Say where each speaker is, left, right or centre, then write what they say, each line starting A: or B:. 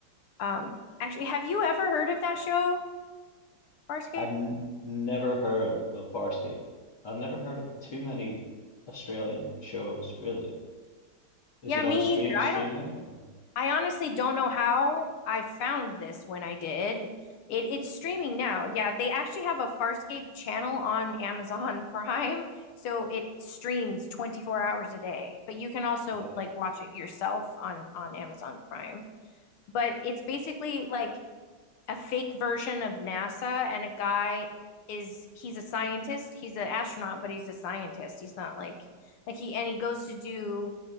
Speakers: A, on the left; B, on the left.
A: Um, actually, have you ever heard of that show, Farscape?
B: I've n never heard of Farscape. I've never heard of too many Australian shows, really. Is
A: Yeah,
B: it
A: me
B: on stream
A: either.
B: streaming?
A: I don't
B: or-
A: I honestly don't know how I found this when I did. It it's streaming now. Yeah, they actually have a Farscape channel on Amazon <laughs> Prime, so it streams 24 hours a day. But you can also
B: Wow.
A: like watch it yourself on on Amazon Prime. But it's basically like a fake version of NASA, and a guy is he's a scientist. He's an astronaut, but he's a scientist. He's not like like he and he goes to do